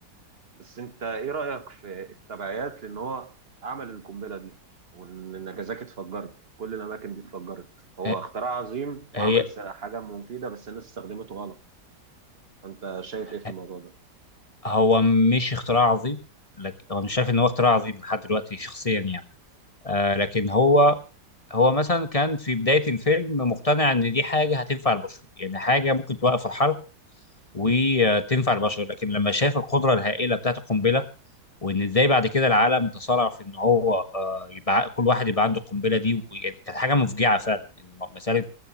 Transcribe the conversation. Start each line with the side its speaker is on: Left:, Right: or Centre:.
Right: بس انت ايه رأيك في التبعيات لان هو عمل القنبلة دي وان نجازاكي اتفجرت كل الاماكن دي اتفجرت هو
Left: ه-
Right: اختراع عظيم وعمل
Left: هي
Right: س- حاجة مفيدة بس الناس استخدمته غلط فانت شايف ايه في
Left: ه-
Right: الموضوع ده
Left: هو مش اختراع عظيم لك هو مش شايف ان هو اختراع عظيم لحد دلوقتي شخصيا يعني آه لكن هو هو مثلا كان في بداية الفيلم مقتنع ان دي حاجة هتنفع البشر يعني حاجة ممكن توقف الحرب وتنفع البشر لكن لما شاف القدرة الهائلة بتاعت القنبلة وان ازاي بعد كده العالم تصارع في ان هو آه يبقى كل واحد يبقى عنده القنبلة دي ويعني كانت حاجة مفجعة فعلا ان مسألة